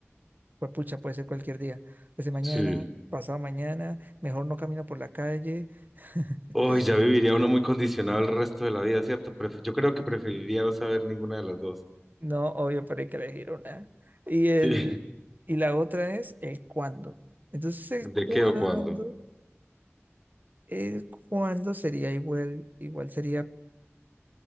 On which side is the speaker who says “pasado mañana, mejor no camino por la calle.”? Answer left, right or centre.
Right